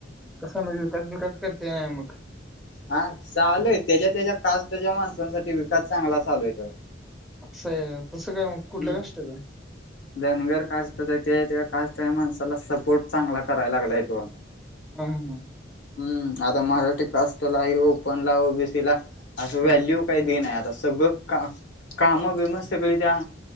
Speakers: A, in the centre; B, on the left.
A: कसा मग विकास विकास करते नाय मग?
B: हा चालू आहे त्याच्या त्याच्या कास्ट च्या माणसांसाठी विकास चांगला चालू आहे खरं.
A: <unintelligible> कुठल्या
B: हम्म..
A: कष्टाचं आहे
B: धनगर कास्ट हो ते ते कास्ट. माणसाला सपोर्ट चांगला करायला लागलाय तो.
A: अहं. हं.
B: हम्म.. आता मराठी कास्टला आहे. ओपन ला ओबीसी ला असं व्हॅल्यू
A: हम्म,
B: काही देनी आता. सगळ का काम बीम सगळी त्या